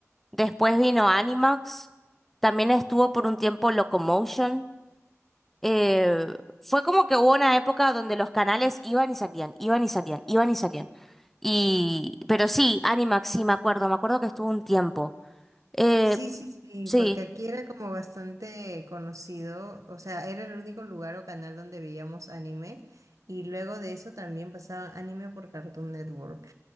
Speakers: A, in the centre; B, on the right.
A: después vino Animax, también estuvo por un tiempo Locomotion. eh, fue como que hubo una época donde los canales iban y salían, iban y salían, iban y salían. Y, pero sí, Animax, sí, me acuerdo, me acuerdo que estuvo un tiempo. Eh,
B: Sí, sí, sí,
A: sí,
B: porque aquí era como bastante conocido, o sea, era el único lugar o canal donde veíamos anime y luego de eso también pasaban anime por Cartoon Network.